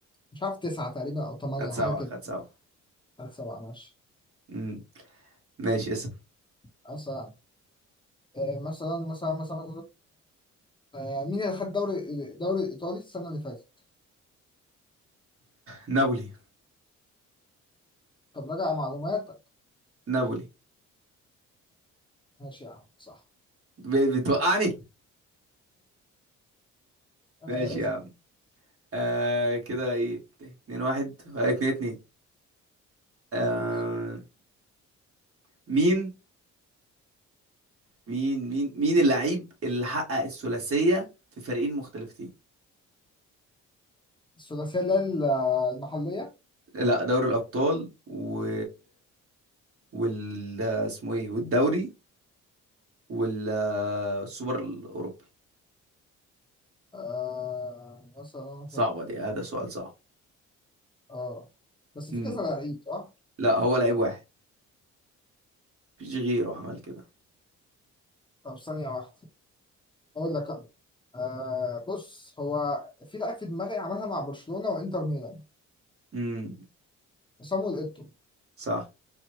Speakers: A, on the left (about 15°); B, on the right (about 50°).
A: مش عارف تسعة تقريبا او ثمانية
B: خد سبعة
A: حاجه كده
B: خد سبعة
A: خد سبعة ماشي
B: امم ماشي اسم
A: أصلا آه، مثلا مثلا مثلا آه، مين اللي خد دوري الدوري الإيطالي السنة اللي فاتت؟
B: نابولي
A: طب راجع معلوماتك
B: نابولي
A: ماشي يا عم صح
B: ب- بتوقعني
A: آه،
B: ماشي يا عم آه كده ايه اتنين واحد آه، اتنين اتنين آه
A: اسأل
B: مين مين مين مين اللعيب اللي حقق الثلاثية في فريقين مختلفتين
A: الثلاثية اللي هي ال- المحلية
B: لا دوري الابطال و وال اسمه ايه والدوري والسوبر الاوروبي
A: آه، مثلا
B: صعبه دي هذا سؤال صعب
A: اه بس في
B: امم
A: كذا لعيب صح؟
B: لا هو لعيب واحد مفيش غيره عمل كده
A: طب ثانية واحدة أقول لك أنا آه، بص هو في لعيب في دماغي عملها مع برشلونة وإنتر ميلان
B: امم
A: صامويل إيتو
B: صح